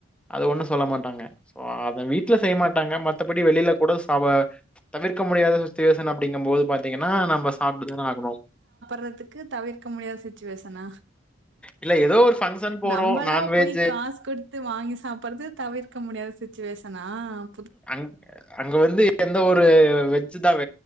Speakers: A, in the centre; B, on the right.
A: அது ஒண்ணும் சொல்ல மாட்டாங்க அத வீட்டில் செய்ய மாட்டாங்க மத்தபடி வெளியில கூட தவிர்க்க முடியாத சுச்சுவேஷன் அப்படிங்கும் போது பாத்தீங்க ன்னா நம்ம சாப்பிடுதுானே ஆகணும்
B: க்கு தவிர்க்க முடியாத சுச்சுவேஷனா
A: இல்ல ஏதோ ஒரு ஃபங்ஷன் போறோம்.
B: நம்மளா
A: நான்வெஜ்
B: போய் காசு கொடுத்து வாங்கி சாப்பிடுறது தவிர்க்க முடியாத சுச்சுவேஷனா ஆஹ்
A: அங அங்க வந்து எந்த ஒரு வெஜு தான்